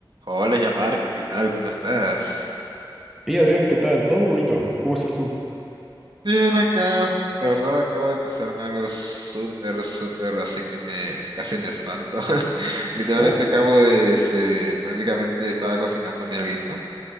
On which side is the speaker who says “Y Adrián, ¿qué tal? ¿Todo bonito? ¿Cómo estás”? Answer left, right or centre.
Centre